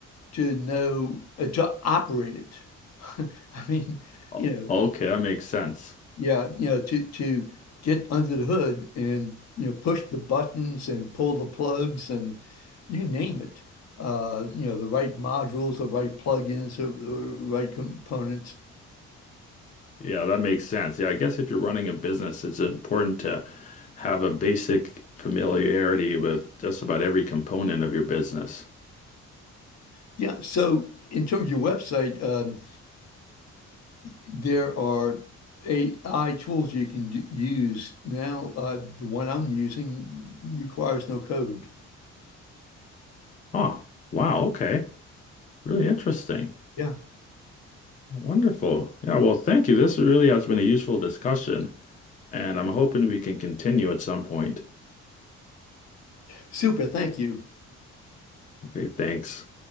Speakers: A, on the left (about 60°); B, on the left (about 25°).
A: to know uh, to operate it. <laughs> I mean,
B: O-
A: you know.
B: Okay, that makes sense.
A: Yeah, you know, to to get under the hood and you know push the buttons and pull the plugs and you name it. Uh, you know, the right modules, the right plugins, the right components.
B: Yeah, that makes sense. Yeah, I guess if you're running a business, it's important to have a basic familiarity with just about every component of your business.
A: Yeah. So in terms of your website, um, there are AI tools you can d use now. Uh, the one I'm using requires no code.
B: Oh, wow. Okay. Really interesting.
A: Yeah.
B: Wonderful. Yeah, well, thank you. This really has been a useful discussion, and I'm hoping we can continue at some point.
A: Super. Thank you.
B: Okay, thanks.